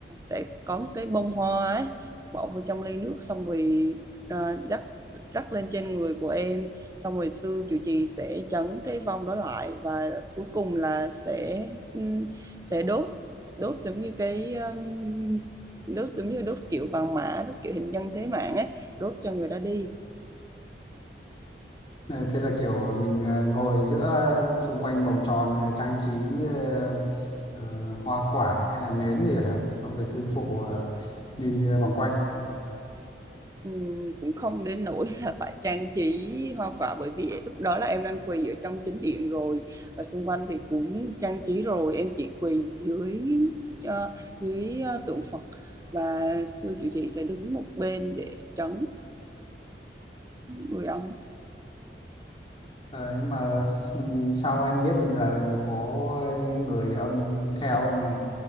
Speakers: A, on the right; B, on the left.
A: sẽ có một cái bông hoa ấy bỏ vô trong ly nước xong rồi ờ, rắc rắc lên trên người của em xong rồi sư trụ trì sẽ trấn cái vong đó lại và cuối cùng là sẽ ừm, sẽ đốt đốt giống như cái um, đốt giống như đốt kiểu vàng mã đốt kiểu hình nhân thế mạng ấy đốt cho người đó đi
B: Ờ, Thế là kiểu mình ờ, ngồi giữa xung quanh vòng tròn ờ, trang trí ờ, ờ, hoa quả hay là nến gì hả? Xong rồi sư phụ ờ, đi ờ, vòng quanh.
A: Ừm, cũng không đến nỗi là phải trang trí hoa quả bởi vì lúc đó là em đang quỳ ở trong chính điện rồi và xung quanh thì cũng trang trí rồi em chỉ quỳ dưới ờ, dưới ờ, tượng Phật và sư chủ trì sẽ đứng một bên để trấn người ông
B: Ờ, nhưng mà s- sao em biết là có người âm theo mà